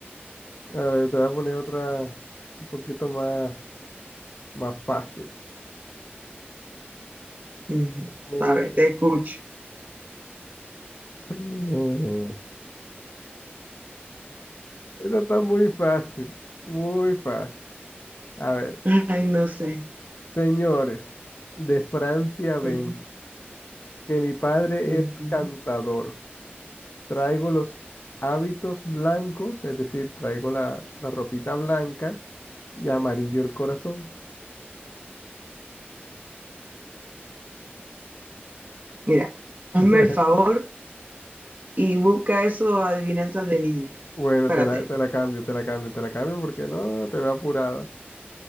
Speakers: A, on the left; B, on the right.
A: A ver, te voy a poner otra un poquito más, más fácil.
B: Ujú.
A: Eh,
B: A ver, te escucho.
A: <laughs> esta está muy fácil, muy fácil. A ver,
B: <laughs> Ay, no sé.
A: señores, de Francia vengo,
B: Ujú,
A: que mi padre
B: ujú.
A: es cantador. Traigo los hábitos blancos, es decir, traigo la, la ropita blanca y amarillo el corazón.
B: Mira, hazme
A: <laughs>
B: el favor y busca eso, adivinanzas de niño.
A: Bueno,
B: Espérate
A: te la,
B: ahí.
A: te la cambio, te la cambio, te la cambio porque no, te veo apurada.